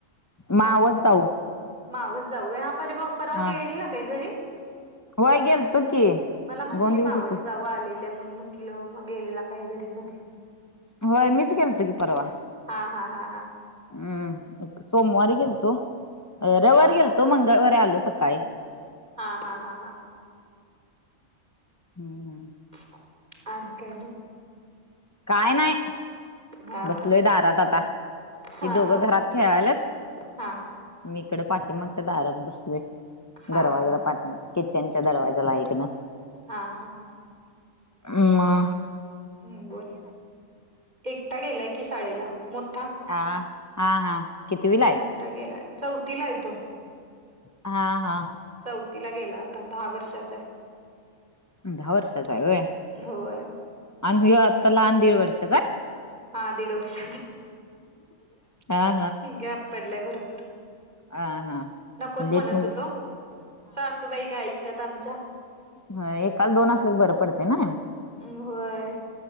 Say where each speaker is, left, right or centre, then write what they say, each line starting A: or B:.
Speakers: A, on the left; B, on the right.
A: मावस जाऊ
B: मावस जाऊ हा परवा परवाग्या
A: हा
B: गेले ना काही घरी
A: होय गेलतो की
B: मला म्हटली
A: दोन दिवस
B: मावस
A: होते
B: जाऊ आलेल्या म्हून म्हंट लं मग गेलेला काय घरी मध्ये
A: होय मीच गेलतो की परवा
B: हा हा हा हा
A: हम्म सोमवारी गेलतो रविवारी
B: हा हा
A: गेलतो
B: हा
A: मंगळवारी आलो सकाळी
B: हा हा हा हा
A: हम्
B: ह काय मग
A: काय नाही
B: हा
A: बसलोय दारात आता हे
B: हा
A: दोघं
B: हा
A: घरात खेळावायलात
B: हा हा
A: मी इकडे पाठीमागच्या दारात बसले
B: हा
A: दरवाज्याला
B: हा हा
A: पाठीिमाग किचन च्या दरवाजाला एकक ना
B: हा हा हां
A: हम
B: हम् बोल एकटा गेलाय की शाळेला मोठा
A: ह हा हा कितवीला आहे
B: मोठा गेलाय चौथीला येतो
A: हा हा
B: चौथीला गेला आता दहा वर्षाच आहे
A: दहा वर्षाचा आहे वय
B: होय
A: आणि आत्ता लहान दीड वर्षाचा आहे
B: हा दीड वर्ष
A: हा
B: गॅप पडलाय भरपूर
A: आ हा
B: नकोच
A: लेटन
B: म्हणत होतो सासूबाई काय ऐकतात आमच्या
A: ह एकाल दोन असल्या क बरं पडते ना
B: होय